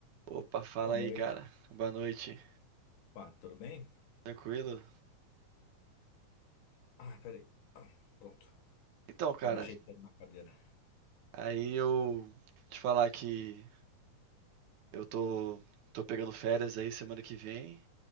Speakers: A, on the right; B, on the left.
A: Opa, fala
B: Boa
A: aí,
B: noite.
A: cara. Boa noite.
B: Pá, tudo bem?
A: Tranquilo?
B: Ah, peraí. Ah, pronto.
A: Então, cara,
B: Tá me ajeitando na cadeira.
A: aí eu te falar que eu tô, tô pegando férias aí semana que vem